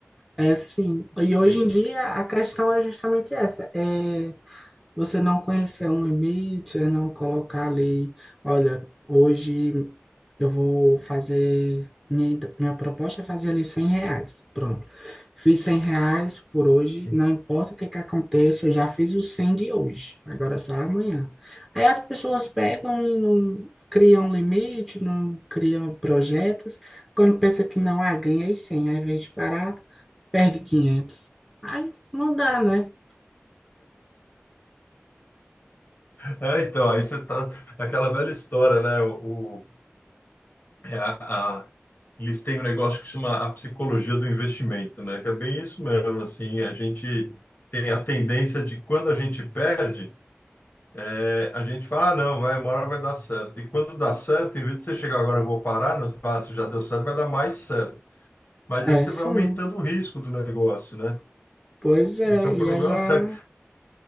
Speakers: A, in the centre; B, on the left.
A: É assim, e
B: Isso
A: hoje
B: tem-
A: em dia a questão é justamente essa, é Você não conhecer um limite, é não colocar ali, olha, hoje eu vou fazer, minha, minha proposta é fazer ali 100 reais, pronto. Fiz 100 reais por hoje,
B: <laughs>
A: não importa o que que aconteça, eu já fiz os 100 de hoje, agora é só amanhã. Aí as pessoas pegam e não criam limite, não criam projetos, quando pensa que não, ah, ganhei 100 aí vez de parar, perde quinhentos Aí não dá, né?
B: É, então, aí você tá, é aquela velha história, né? o É a- a- eles têm um negócio que chama a psicologia do investimento, né? Que é bem isso mesmo, assim, a gente tem a tendência de quando a gente perde, é, a gente fala, ah, não, vai, uma hora vai dar certo. E quando dá certo, em vez de você chegar agora, eu vou parar, não, você fala, ah, se já deu certo, vai dar mais certo. Mas
A: É,
B: aí você
A: sim.
B: vai aumentando o risco do negócio, né?
A: Pois é,
B: Esse é um
A: e
B: problema
A: aí a,
B: sério.